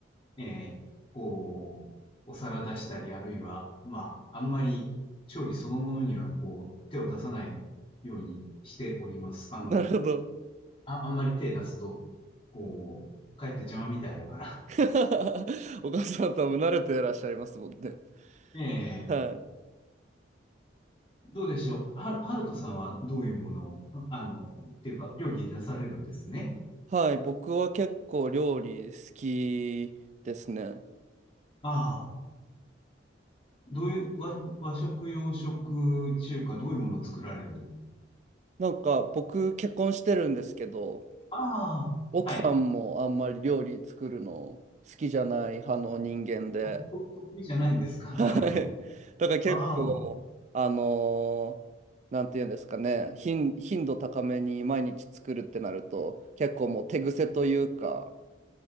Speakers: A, on the left (about 30°); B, on the right (about 40°).
A: えーこう、お皿出したり、あるいは、まあ、あんまり調理そのものには、こう、手を出さないようにしております。あの、
B: なるほど。
A: あ、あんまり手出すと、こう、かえって邪魔みたいだから。
B: <laughs> お母さん多分慣れていらっしゃいますもんね。
A: <laughs>
B: はい。
A: ええどうでしょう。はる、はるとさんはどういうものを、ああの、っていうか、料理なされるんですね。
B: はい。僕は結構料理好きですね。
A: ああ、どういう、和、和食、洋食、中華、どういうものを作られる
B: なんか僕結婚してるんですけど、
A: ああ、
B: 奥さんもあんまり料理作るの好きじゃない派の人間で、
A: はい。とと得意じゃないんですか。
B: はい。
A: なるほど。
B: だから結構、
A: ああ。
B: あのーなんていうんですかね、頻、頻度高めに毎日作るってなると、結構もう手癖というか、